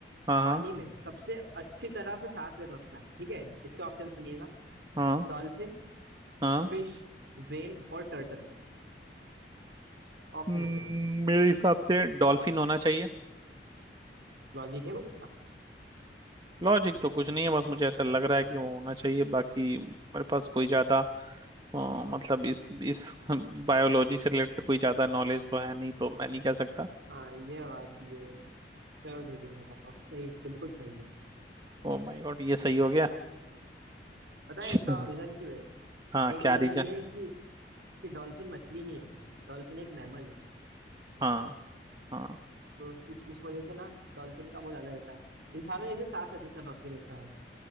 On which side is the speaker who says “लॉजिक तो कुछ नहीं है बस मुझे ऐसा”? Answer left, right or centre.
Right